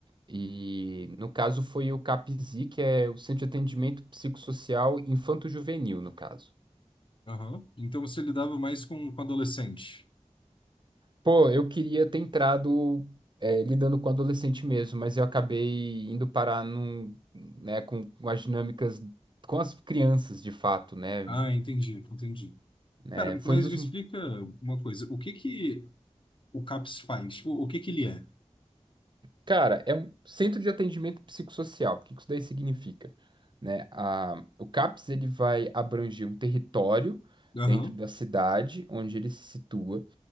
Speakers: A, on the right (about 40°); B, on the left (about 45°).
A: E no caso foi o CAPZI, que é o Centro de Atendimento Psicossocial Infanto-Juvenil, no caso.
B: Aham. Então você lidava mais com, com adolescente.
A: Pô, eu queria ter entrado é, lidando com adolescente mesmo, mas eu acabei indo parar num, né, com, com as dinâmicas, com as crianças de fato, né?
B: Ah, entendi, entendi.
A: Né,
B: Cara,
A: foi
B: mas
A: um dos.
B: me explica uma coisa. O que que o CAPS faz? O, o que que ele é?
A: Cara, é um centro de atendimento psicossocial. O que que isso daí significa? Né? A, o CAPS ele vai abranger um território
B: Aham.
A: dentro da cidade onde ele se situa.